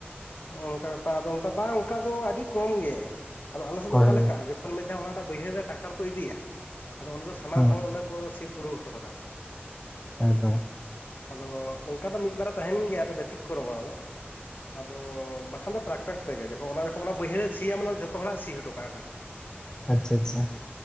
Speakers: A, on the left; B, on the left.
A: ᱱᱚᱜ ᱱᱚᱝᱠᱟ ᱵᱮᱯᱟᱨ ᱟᱫᱚ ᱚᱱᱛᱮ ᱵᱟᱝ ᱚᱱᱠᱟ ᱫᱚ ᱟᱹᱰᱤ ᱠᱚᱢ ᱜᱮ᱾ ᱟᱫᱚ ᱟᱞᱮ ᱥᱮᱫ
B: ᱦᱳᱭ
A: ᱫᱚ ᱚᱠᱟ ᱞᱮᱠᱟ ᱡᱚᱠᱷᱚᱱ ᱢᱤᱫ ᱫᱷᱟᱣ ᱚᱱᱟᱴᱟᱜ ᱵᱟᱹᱭᱦᱟᱹᱲ ᱨᱮ ᱴᱨᱟᱠᱴᱟᱨ ᱠᱚ ᱤᱫᱤᱭᱟ ᱟᱫᱚ ᱚᱸᱰᱮ ᱫᱚ ᱥᱟᱱᱟᱢ
B: ᱦᱳᱭ
A: ᱦᱚᱲ
B: ᱦᱮᱸ
A: ᱚᱸᱰᱮ ᱠᱚ ᱥᱤ ᱯᱩᱨᱟᱹᱣ ᱦᱚᱴᱚ ᱠᱟᱛᱟ ᱠᱚᱣᱟ᱾
B: ᱮᱠᱫᱚᱢ
A: ᱟᱫᱚ ᱚᱝᱠᱟ ᱫᱚ ᱢᱤᱫ ᱵᱟᱨᱭᱟ ᱛᱟᱦᱮᱸᱱ ᱜᱮᱭᱟ ᱟᱫᱚ ᱵᱮᱛᱤᱠᱨᱚᱢᱚᱜ-ᱟ ᱚᱱᱟᱫᱚ᱾ ᱟᱫᱚᱻ ᱵᱟᱠᱷᱟᱱ ᱫᱚ ᱴᱨᱟᱠᱴᱟᱨ ᱛᱮᱜᱮ ᱡᱚᱠᱷᱚᱱ ᱚᱱᱟ ᱡᱚᱠᱷᱚᱱ ᱚᱱᱟ ᱵᱟᱹᱭᱦᱟᱹᱲᱮ ᱥᱤᱭᱟᱢ ᱢᱟᱱᱮ ᱡᱷᱚᱛᱚ ᱦᱚᱲᱟᱜ ᱥᱤ ᱦᱚᱴᱚ ᱠᱟᱜᱼᱟ ᱚᱸᱰᱮ ᱫᱚ᱾
B: ᱟᱪᱪᱷᱟ ᱟᱪᱪᱷᱟ